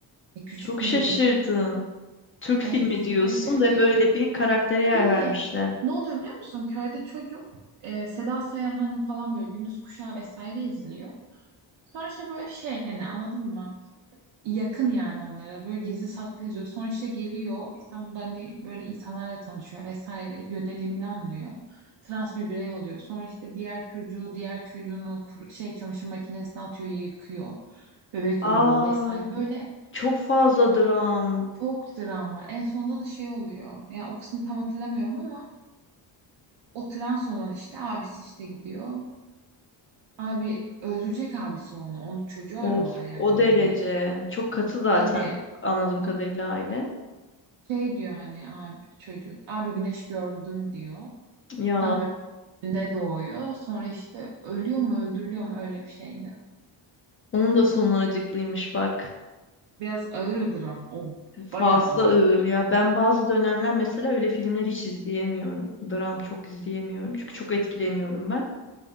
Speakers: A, on the right; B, on the left.
A: e, küçük
B: çok
A: bir
B: şaşırdım.
A: bebe
B: Türk
A: evet
B: filmi
A: küçük
B: diyorsun
A: bir bebeği.
B: ve böyle bir karaktere yer
A: Bir
B: vermişler.
A: ne oluyor biliyor musun? Köyde çocuk e, Seda Sayan hani falan böyle gündüz kuşağı vesaire izliyor. Sonra işte böyle şey hani anladın mı? yakın yani onlara böyle gizli saklı izliyor. Sonra işte geliyor İstanbul'da hani böyle insanlarla tanışıyor vesaire yönelimini anlıyor. Trans bir birey oluyor. Sonra işte diğer çocuğu diğer çocuğunu kur- şey çamaşır makinesine atıyor yıkıyor. Bebek
B: Aa,
A: ölüyor vesaire. Böyle
B: çok fazla dram.
A: çok dram var. En sonunda da şey oluyor. Yani o kısmı tam hatırlamıyorum ama o trans olan işte abisi işte gidiyor. Abi öldürecek abisi onu. Onu çocuğu
B: Of,
A: arıyorlar yani
B: o
A: öldürmek.
B: derece. Çok katı zaten
A: Tabii.
B: anladığım kadarıyla aile.
A: Şey diyor hani abi çocuk. Abi güneş gördüm diyor.
B: Ya.
A: Tam böyle doğuyor. Sonra işte ölüyor mu öldürülüyor mu öyle bir şeydi.
B: Onun da sonu acıklıymış bak.
A: Biraz ağırdır ama o
B: Fazla
A: bayağı ağır.
B: ağır ya. Ben bazı dönemler mesela öyle filmler hiç izleyemiyorum. Dram çok izleyemiyorum. Çünkü çok etkileniyorum ben.